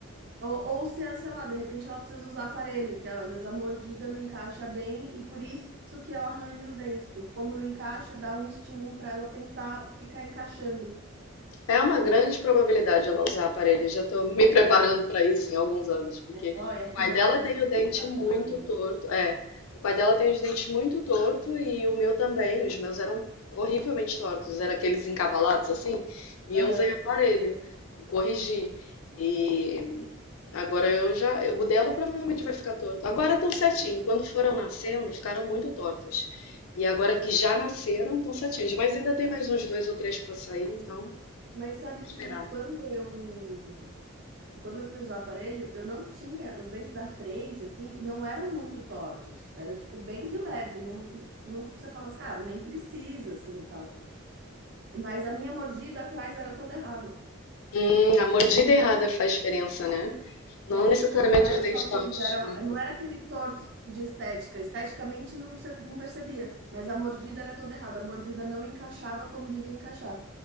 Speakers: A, on the right; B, on the left.
A: Ou, ou se, é, sei lá, de repente ela precisa usar aparelho, que é, às vezes a mordida não encaixa bem e por isso que ela arranja os dentes, porque como não encaixa, dá um estímulo para ela tentar ficar encaixando.
B: É uma grande probabilidade ela usar aparelho. Já estou me preparando para isso em alguns anos, porque
A: Ó, e aqui
B: o pai
A: na
B: dela
A: Europa
B: tem
A: é super
B: o dente muito
A: caro, né?
B: torto. É, o pai dela tem os dentes muito torto e o meu também. Os meus eram horrivelmente tortos, eram aqueles encavalados assim. E
A: Aham.
B: eu usei aparelho e corrigi. E agora eu já, o dela provavelmente vai ficar torto. Agora estão certinho. Quando foram nascendo, ficaram muito tortos. E agora que já nasceram, estão certinhos. Mas ainda tem mais uns dois ou três para sair, então
A: Mas sabe
B: esperar.
A: que quando eu Quando eu fui usar o aparelho, eu não tinha, os dentes da frente, assim, não eram muito tortos. Era, tipo, bem de leve. Não, não precisa falar assim, cara, nem precisa, assim, e tal. Mas a minha mordida atrás era toda errada.
B: Hum, a mordida errada faz diferença, né? Não
A: né?
B: necessariamente
A: A- não era
B: os dentes
A: só que
B: tortos.
A: eles eram,
B: Hum,
A: não
B: faz-
A: era aquele torto de estética. Esteticamente não, se- não percebia, mas a mordida era toda errada. A mordida não encaixava como devia encaixar.